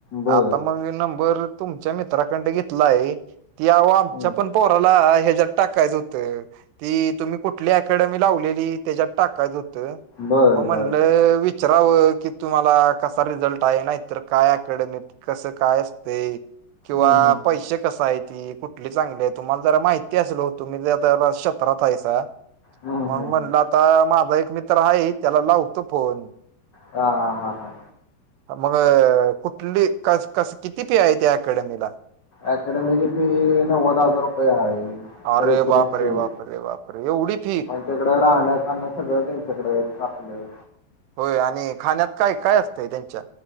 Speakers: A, on the left; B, on the right.
A: बर
B: आता मग नंबर तुमच्या मित्राकडे घेतला आहे ती आमच्या
A: हं.
B: पण पोराला ह्याच्या्यात टाकायचं होतं. ती तुम्ही कुठली अकडमी लावलेली त्याच्यात टाकायच होत
A: बर
B: मग म्हणलंच
A: बर हं,
B: विचारवं की तुम्हाला कसा रिझल्ट आहे ना इतर काय अकॅडमीत. कस काय असते किंवा
A: हं, हं.
B: पैश कस आहे ती कुठली चांगली आहे तुम्हाला जरा माहिती असलो तुम्ही ज शत्रात हायसा.
A: हं,
B: मग
A: हं,
B: म्हणलं
A: हं.
B: आता माझा एक मित्र आहे त्याला लावतो फोन.
A: हा हा हा हा.
B: मग कुठली क कस किती फी आहे या अकॅडमीला.
A: अकॅडमीची फी नव्वद हजार रुपये आहे.
B: अरे
A: रेसिडेन्सी
B: बापरे बापरे बापरे येवडी फी.
A: त्यांच्याकड राहणं खाणं सगळं त्यांच्याकडे आपलं.
B: होय आणि खाण्यात काय काय असतंय त्यांच्या